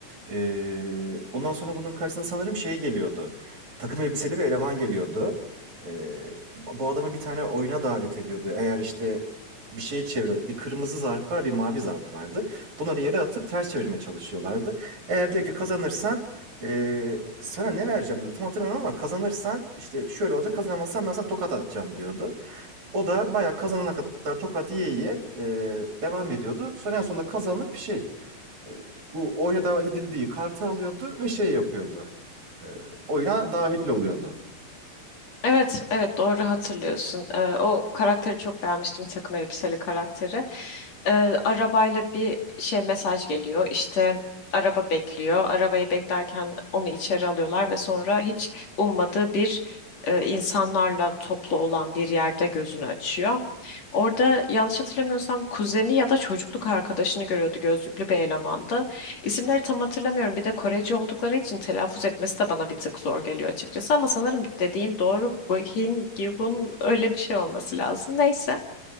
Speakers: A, on the right; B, on the left.
A: Ee, ondan sonra bunun karşısına sanırım şey geliyordu. Takım elbiseli bir eleman geliyordu. Ee, bu adama bir tane oyuna davet ediyordu. Eğer işte bir şeyi çevir, bir kırmızı zarf var, bir mavi zarf vardı. Bunları yere atıp ters çevirmeye çalışıyorlardı. Eğer diyor ki kazanırsan ee, sana ne vereceğim diyordu. Tam hatırlamıyorum ama kazanırsan işte şöyle olacak. Kazanamazsan ben sana tokat atacağım diyordu. O da bayağı kazanana kadar tokat yiye yiye e, devam ediyordu. Sonra en sonunda kazanıp şey e, bu oyuna davet edildiği kartı alıyordu ve şey yapıyordu. E, oyuna dahil oluyordu.
B: Evet, evet doğru hatırlıyorsun. Ee, o karakteri çok beğenmiştim, takım elbiseli karakteri. Ee, arabayla bir şey mesaj geliyor. İşte araba bekliyor. Arabayı beklerken onu içeri alıyorlar ve sonra hiç ummadığı bir e, insanlarla toplu olan bir yerde gözünü açıyor. Orada yanlış hatırlamıyorsam kuzeni ya da çocukluk arkadaşını görüyordu gözlüklü bir elemandı. İsimleri tam hatırlamıyorum. Bir de Koreci oldukları için telaffuz etmesi de bana bir tık zor geliyor açıkçası. Ama sanırım dediğin doğru. Guhin, Gihun öyle bir şey olması lazım. Neyse.